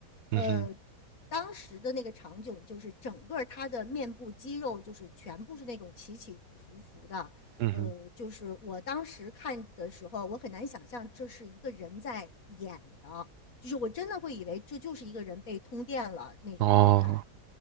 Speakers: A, on the right; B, on the left.
A: 嗯哼，
B: 呃，当时的那个场景就是整个他的面部肌肉就是全部是那种起起伏伏的，
A: 嗯哼，
B: 呃，就是我当时看的时候，我很难想象这是一个人在演的，就是我真的会以为这就是一个人被通电了那种状态。
A: 嗯哼，哦，